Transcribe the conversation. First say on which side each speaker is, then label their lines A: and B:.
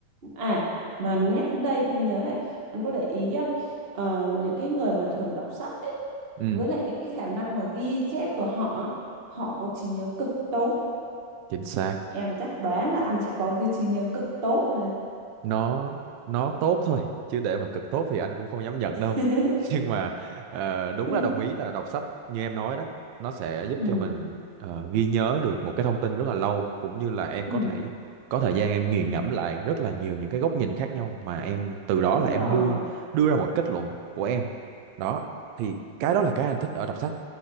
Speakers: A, on the right (about 40°); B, on the right (about 85°).
A: à mà nhắc đến đây mới nhớ này anh có để ý không Ờ, những cái người mà thường đọc sách ấy
B: ừ
A: với lại cái cái khả năng mà ghi chép của họ họ có trí nhớ cực tốt
B: chính xác
A: em chắc đoán là anh sẽ có cái trí nhớ cực tốt này
B: nó nó tốt thôi chứ để mà cực tốt thì anh cũng không dám nhận đâu
A: đấy.
B: <laughs> nhưng mà ờ, đúng
A: <laughs>
B: là đồng ý là đọc sách như em nói đó nó sẽ giúp
A: ừ,
B: cho mình ờ, ghi nhớ được một cái thông tin rất là lâu cũng như là em
A: ừ,
B: có thể có thời gian em nghiền ngẫm lại rất là nhiều những cái góc nhìn khác nhau mà em từ
A: đúng
B: đó là em
A: rồi
B: đưa đưa ra một kết luận của em đó thì cái đó là cái anh thích ở đọc sách